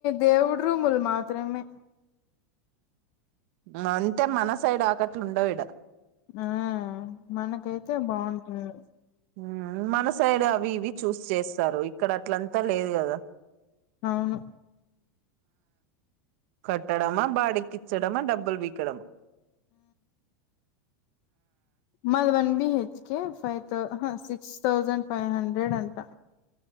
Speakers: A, on the left; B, on the right.
A: దేవుడు రూములు మాత్రమే
B: ఆ అంతే మన సైడ్ ఆకట్లు ఉండవీడ
A: ఆ మనకైతే బావుంటుంది
B: హ్మ్ మన సైడ్ అవి ఇవి చూస్ చేస్తారు. ఇక్కడ అట్లంతా లేదు కదా
A: అవును
B: కొట్టడమా బాడికిచ్చడమా డబ్బులు పీకడమా
A: మళ్ళ వాన్ కీ కే ఫైతౌ అహా six thousand five hundred అంటా